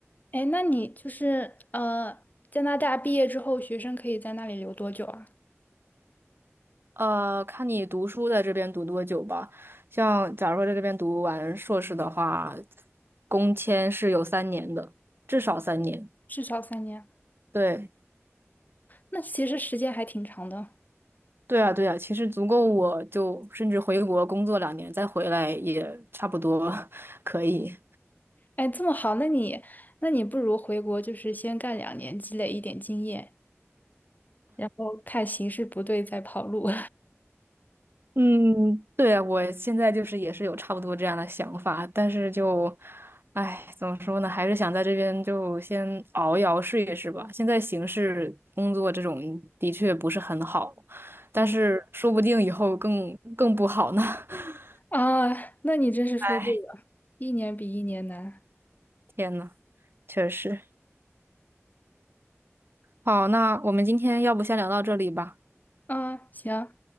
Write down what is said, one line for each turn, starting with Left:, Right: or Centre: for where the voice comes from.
Left: 哎，那你就是呃，加拿大毕业之后，学生可以在那里留多久啊？
Right: 呃，看你读书在这边读多久吧。像假如说在这边读完硕士的话，工签是有三年的，至少三年。
Left: 至少三年。
Right: 对，
Left: 那其实时间还挺长的。
Right: 对啊，对啊，其实足够我就甚至回国工作两年，再回来也差不多 <laughs> 可以。
Left: 哎，这么好，那你那你不如回国，就是先干两年，积累一点经验，然后看形势不对再跑路。
Right: 嗯，对，我现在就是也是有差不多这样的想法，但是就，哎，怎么说呢，还是想在这边就先熬一熬试一试吧。现在形势工作这种的确不是很好，
Left: <laughs>
Right: 但是说不定以后更更不好呢。
Left: 嗯
Right: <laughs>
Left: 啊，那你真是说对了，
Right: 哎，
Left: 一年比一年难。
Right: 天呐，确实。好，那我们今天要不先聊到这里吧。
Left: 啊，行，